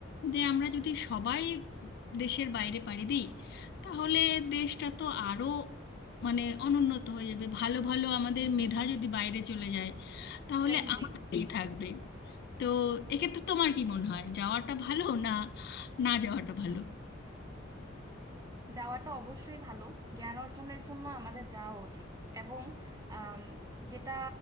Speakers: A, on the left; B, on the right.
A: যে আমরা যদি সবাই দেশের বাইরে পাড়ি দিই তাহলে দেশটা তো আরো মানে অনুন্নত হয়ে যাবে ভালো ভালো আমাদের মেধা যদি বাইরে চলে যায় তাহলে
B: Brain drain
A: আমাদেরই থাকবে তো এক্ষেত্রে তোমার কি মনে হয় যাওয়াটা ভালো না না যাওয়াটা ভালো
B: যাওয়াটা অবশ্যই ভালো জ্ঞান অর্জনের জন্য আমাদের যাওয়া উচিত এবং আম, যেটা